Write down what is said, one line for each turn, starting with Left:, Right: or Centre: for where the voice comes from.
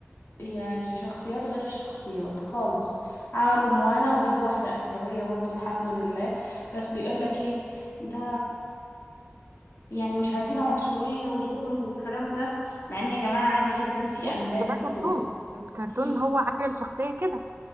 Left: يعني شخصيات غير الشخصيات خالص عملوا موانا وجابوا واحدة آسيوية برضو الحمد لله بس بيقولك ايه ده يعني مش عايزين عنصرية وظلم والكلام ده مع ان يا جماعة عادي جدا في
Right: ماشي
Left: أميرات
Right: بس ده
Left: انتوا
Right: كرتون الكرتون
Left: في
Right: هو عامل الشخصية كده